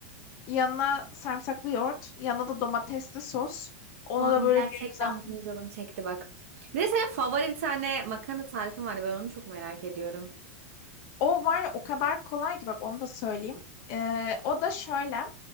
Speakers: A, on the left; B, on the right.
A: Yanına sarımsaklı yoğurt, yanına da domatesli sos. Ona
B: Şu an
A: da böyle
B: gerçekten
A: bir güzel.
B: benim canım çekti bak. Bir de senin favori bir tane makarna tarifin vardı. Ben onu çok merak ediyorum.
A: O var ya o kadar kolay ki bak onu da söyleyeyim. Ee, o da şöyle.